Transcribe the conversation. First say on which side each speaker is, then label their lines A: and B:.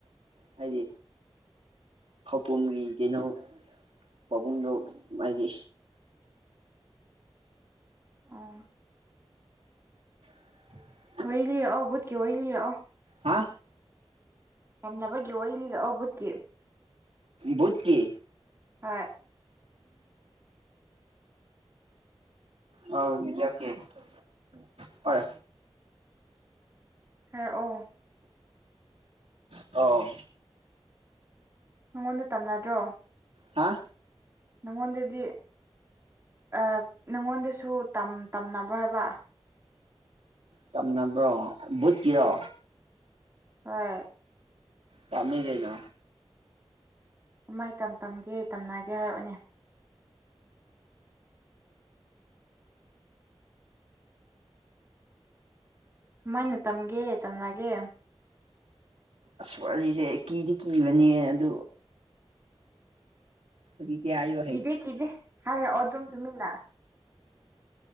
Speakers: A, on the right; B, on the right.
A: ꯍꯥꯏꯗꯤ ꯈꯧꯄꯨꯝꯒꯤ ꯀꯩꯅꯣ ꯄꯥꯕꯨꯡꯗꯣ ꯃꯥꯏꯗꯤ
B: ꯑꫭ꯫
A: <inaudible>
B: ꯋꯥꯔꯤ ꯂꯤꯔꯛꯑꯣ ꯕꯨꯠꯀꯤ ꯋꯥꯔꯤ ꯂꯤꯔꯛꯑꯣ꯫
A: ꯍꯥ
B: ꯇꯝꯅꯕꯒꯤ ꯋꯥꯔꯤ ꯂꯤꯔꯛꯑꯣ ꯕꯨꯠꯀꯤ
A: ꯕꯨꯠꯀꯤ
B: ꯍꯣꯏ
A: ꯑꯧ <unintelligible> ꯍꯣꯏ
B: ꯍꯥꯏꯔꯛꯑꯣ
A: ꯑꯣ꯫
B: ꯅꯪꯉꯣꯟꯗ ꯇꯝꯅꯗ꯭ꯔꯣ꯫
A: ꯍꯥ꯫
B: ꯅꯪꯉꯣꯟꯗꯗꯤ ꯑ ꯅꯪꯉꯣꯟꯗꯁꯨ ꯇꯝ ꯇꯝꯅꯕ꯭ꯔꯣ ꯍꯥꯏꯕ꯫
A: ꯇꯝꯅꯕ꯭ꯔꯣ ꯕꯨꯨꯠꯀꯤꯔꯣ꯫
B: ꯍꯣꯏ꯫
A: ꯇꯝꯃꯤ ꯀꯩꯅꯣ
B: ꯀꯃꯥꯏ ꯇ ꯇꯝꯒꯦ ꯇꯝꯅꯏꯒꯦ ꯍꯥꯏꯔꯛꯑꯣꯅꯦ ꯀꯃꯥꯏꯅ ꯇꯝꯒꯦ ꯇꯝꯅꯒꯦ
A: ꯑꯁ ꯋꯥꯔꯤꯖꯦ ꯀꯤꯗꯤ ꯀꯤꯕꯅꯦ ꯑꯗꯨ <unintelligible>
B: ꯀꯤꯗꯦ ꯀꯤꯗꯦ ꯍꯥꯏꯔꯛꯑꯣ ꯑꯗꯨꯝ ꯇꯨꯃꯤꯟꯅ